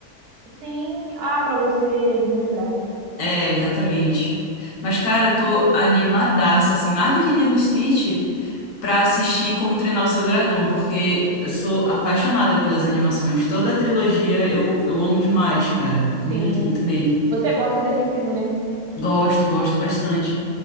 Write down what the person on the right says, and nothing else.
Sim, ah, pra você relembrar, né?
Sim.
Você gosta desse filme, né?